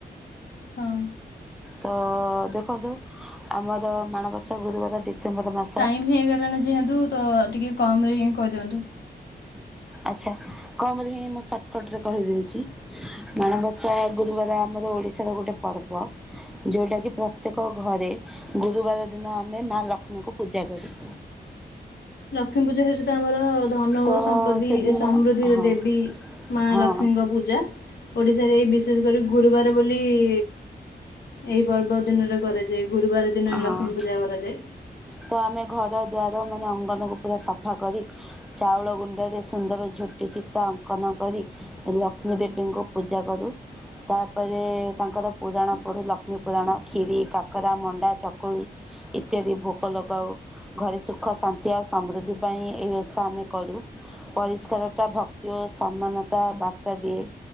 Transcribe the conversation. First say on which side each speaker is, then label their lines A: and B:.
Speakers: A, on the left; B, in the centre.
A: ହଁ।
B: ତ ଦେଖନ୍ତୁ ଆମର ମାଣବସା ଗୁରୁବାର ଡିସେମ୍ବର ମାସ
A: ଟାଇମ ହେଇଗଲାଣି ଯେହେତୁ ତ ଟିକେ କମରେ ହିଁ କହିଦିଅନ୍ତୁ।
B: ଆଚ୍ଛା କମରେହିଁ ମୁଁ ଶାଟକଟ ରେ କହିଦେଉଛି। ମାଣବସା ଗୁରୁବାର ଆମର ଓଡିଶାର ଗୋଟେ ପର୍ବ। ଯୋଉଟା କି ପ୍ରତ୍ୟେକ ଘରେ ଗୁରୁବାର ଦିନ ଆମେ ମା ଲକ୍ଷ୍ମୀଙ୍କୁ ପୂଜା କରୁ
A: ଲକ୍ଷ୍ମୀ ପୂଜା ଯେହେତୁ ହର ଧନ
B: ତ
A: ଓ ସମ୍ପତ୍ତି
B: ସେଦିନ
A: ସମୃଦ୍ଧିର
B: ହଁ
A: ଦେବୀ ମା
B: ହଁ
A: ଲକ୍ଷ୍ମୀଙ୍କ ପୂଜା, ଓଡ଼ିଶାରେ ଏଇ ବିଶେଷ କରି ଗୁରୁବାର ବୋଲି-ଇ ଏଇ ପର୍ବ ଦିନରେ କରାଯାଏ। ଗୁରୁବାର ଦିନ ହିଁ ଲକ୍ଷ୍ମୀପୂଜା
B: ହଁ
A: କରାଯାଏ।
B: ତ ଆମେ ଘର ଦ୍ୱାର ମାନେ, ଅଙ୍ଗନକୁ ପୁରା ସଫାକରି ଚାଉଳ ଗୁଣ୍ଡରେ ସୁନ୍ଦର ଝୋଟି ଚିତା ଅଙ୍କନ କରି ଲକ୍ଷ୍ମୀ ଦେବୀଙ୍କୁ ପୂଜାକରି ତା'ପରେ-ଏ ତାଙ୍କର ପୁରାଣ ପଢୁ, ଲକ୍ଷ୍ମୀ ପୁରାଣ। କ୍ଷୀରି, କାକରା, ମଣ୍ଡା ଚକୁଳି ଇତ୍ୟାଦି ଭୋଗ ଲଗାଉ। ଘରେ ସୁଖ ଶାନ୍ତି ଆଉ ସମୃଦ୍ଧି ପାଇଁ ଏହି ଓଷା ଆମେ କରୁ। ପରିଷ୍କାରତା ଭକ୍ତି ଓ ସମ୍ମାନତା ବାର୍ତ୍ତା ଦିଏ।